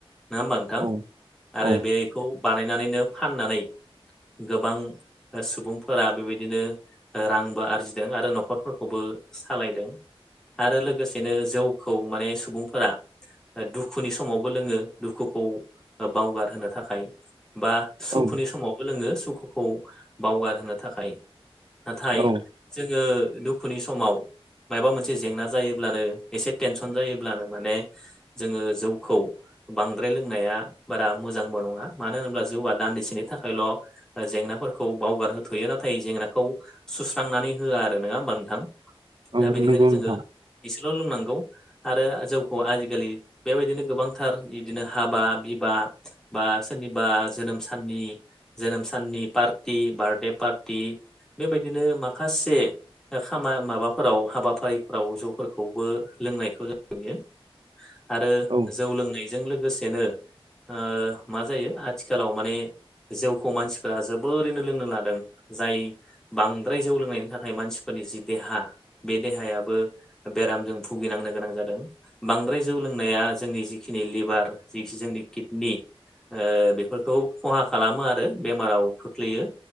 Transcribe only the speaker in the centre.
नङा होमबा नोंथां
आरो
बेखौ बानायनानैनो फाननानै गोबां ओ सुबुंफोरा बेबायदिनो रांबो आरजिदों आरो न'खरफोरखौबो सालायदों। आरो लोगोसेनो जौखौ माने सुबुंफोरा दुखुनि समावबो लोङो। दुखुखौ बावगारहोनो थाखाय बा सुखुनि
समाव लोङो सुखुखौ बावगार होनोनो थाखाय। नाथाय
जोङो दुखुनि समाव मायबा मोनसे जेंना जायोब्लानो एसे टेनसन जायोब्लानो माने जोङो जौखौ बांद्राय लोंनाया बारा मोजांबो नङा मानो होनोब्ला जौवा दान्दिसेनि थाखायल'। ओ जेंनाफोरखौ बावगारहोथ'यो नाथाय जेंनाखौ सुस्रांनानै होआ आरो नङा होमबा नोंथां?
दा बेनिखायनो
जोङो
एसेल' लोंनांगौ आरो जौखौ आजिखालि बेबायदिनो गोबांथार बिदिनो हाबा बिबा बा सोरनिबा जोनोम साननि जोनोम साननि पार्टि बारदे पार्टि बेबायदिनो माखासे खामा माबाफोराव हाबाफारिफोराव ज'फोरखौबो लोंनायखौ जों नुयो। आरो
जौ लोंनायजों लोगोसेनो ओ मा जायो आथिखालाव माने जौखौ मानसिफोरा जोबोरैनो लोंनो लादों जाय बांद्राय जौ लोंनायनि थाखाय मानसिफोरनि जि देहा बे देहायाबो बेरामजों भुगिनांनो गोनां जादों बांद्राय जौ लोंनाया जोंनि जिखि नि लिभार जिखि जोंनि किडनि ओ बेफोरखौ खहा खालामो आरो बेमाराव खोख्लैयो।